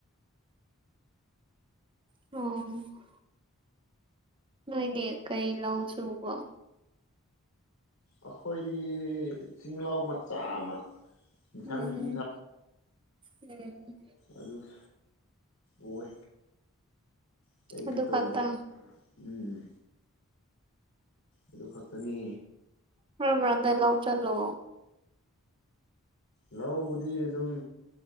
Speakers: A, on the right; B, on the left.
A: ꯑꯣ ꯅꯣꯏꯗꯤ ꯀꯩ ꯂꯧ ꯁꯨꯕꯣ
B: ꯑꯩꯈꯣꯏꯗꯤ ꯆꯤꯡꯂꯧ ꯃꯆꯥ ꯑꯃ ꯏꯟꯁꯥꯡ
A: ꯎꯝ
B: ꯅꯥꯄꯤ
A: ꯎꯝ
B: ꯑꯗꯨꯅꯦ ꯎꯋꯦ ꯑꯇꯩꯗꯤ
A: ꯑꯗꯨ
B: ꯇꯧꯗꯦ
A: ꯈꯛꯇ
B: ꯎꯝ ꯑꯗꯨ ꯈꯛꯇꯅꯤ
A: ꯃꯔꯛ ꯃꯔꯛꯇ ꯂꯧ ꯆꯠꯂꯣ
B: ꯂꯧꯕꯨꯗꯤ ꯑꯗꯨꯝ